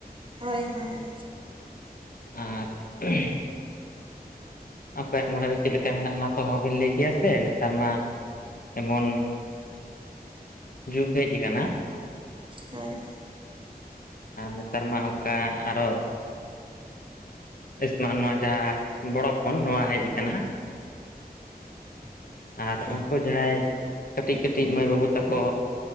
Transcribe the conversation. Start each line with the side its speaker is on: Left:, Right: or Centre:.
Right: ᱦᱳᱭ ᱦᱳᱭ
Left: ᱟᱨ <unintelligible> ᱚᱠᱚᱭᱟᱜ ᱢᱚᱱᱮᱨᱮ ᱪᱮᱫ ᱞᱮᱠᱟ ᱢᱮᱱᱟᱜ-ᱟ ᱚᱱᱟ ᱛᱚ ᱚᱦᱚᱵᱤᱱ ᱞᱟᱹᱭ ᱠᱮᱭᱟ ᱥᱮ ᱱᱮᱛᱟᱨ ᱢᱟ ᱮᱢᱚᱱ ᱡᱩᱜᱽ ᱦᱮᱡ ᱟᱠᱟᱱᱟ
Right: ᱦᱳᱭ
Left: ᱟᱨ ᱱᱮᱛᱟᱨ ᱢᱟ ᱚᱱᱠᱟ ᱟᱨᱚ <unintelligible> ᱱᱚᱣᱟ ᱡᱟᱦᱟᱸ ᱵᱚᱲᱚ ᱯᱷᱳᱱ ᱱᱚᱣᱟ ᱦᱮᱡ ᱟᱠᱟᱱᱟ ᱟᱨ
Right: ᱦᱳᱭ
Left: ᱩᱱᱠᱩ ᱡᱟᱦᱟᱸᱭ ᱠᱟᱹᱴᱤᱡ ᱠᱟᱹᱴᱤᱡ ᱢᱟᱹᱭ ᱵᱟᱹᱵᱩ ᱛᱟᱠᱚ